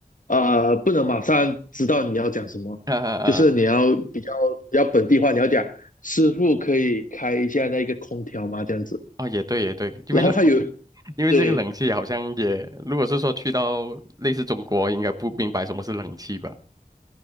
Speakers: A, on the left (about 60°); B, on the right (about 25°).
A: 呃，不能马上知道你要讲什么，
B: 哈哈哈，
A: 就是你要比较比较本地化，你要讲师傅可以开一下那个空调吗？这样子，
B: 啊，也对，也对，因为冷气，
A: 然后还有
B: 因为这个冷气好像也，
A: 对，
B: 如果是说去到类似中国，应该不明白什么是冷气吧？